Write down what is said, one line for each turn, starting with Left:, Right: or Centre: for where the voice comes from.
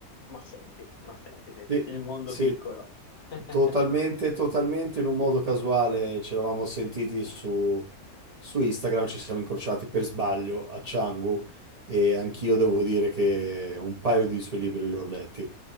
Left: Ma senti, ma senti te,
Right: Sì,
Left: il mondo
Right: sì,
Left: piccolo. <laughs>
Right: totalmente, totalmente in un modo casuale ci eravamo sentiti su, su Instagram, ci siamo incrociati per sbaglio a Canggu e anch'io devo dire che un paio di suoi libri li ho letti,